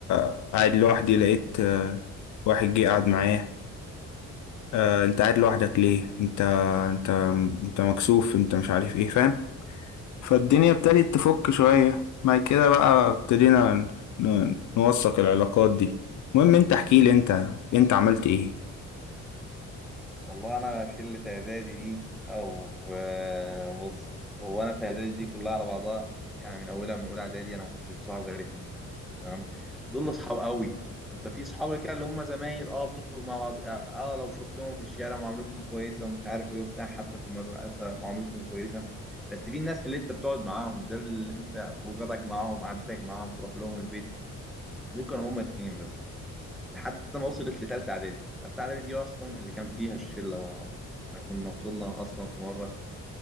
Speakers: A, on the left; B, in the centre.
A: قاعد لوحدي لقيت آه، واحد جه قعد معايا آه، انت قاعد لوحدك ليه انت انت انت مكسوف انت مش عارف ايه فاهم فالدنيا ابتدت تفك شوية بعد كده بقى ابتدينا ن- ن- نوثق العلاقات دي المهم انت احكي لي انت انت عملت ايه
B: والله انا شله اعدادي دي او آه، بص هو انا في اعدادي دي كلها على بعضها يعني من اولها من اولى اعدادي انا ما كنتش بصاحب غير اتنين تمام دول اصحاب قوي انت في صحاب كده اللي هم زمايل اه بتخرج مع بعض اه آه، لو شفتهم في الشارع معاملتهم كويسه ومش عارف ايه وبتاع حتى في المدرسه معاملتهم كويسه بس في الناس اللي انت بتقعد معاهم دول اللي انت خروجاتك معاهم قعدتك معاهم تروح لهم البيت دول كانوا هم اتنين بس لحد ما وصلت لتالتة إعدادي تالتة إعدادي دي أصلا اللي كان فيها الشلة بقى. العربية. احنا كنا وصلنا أصلا في مرة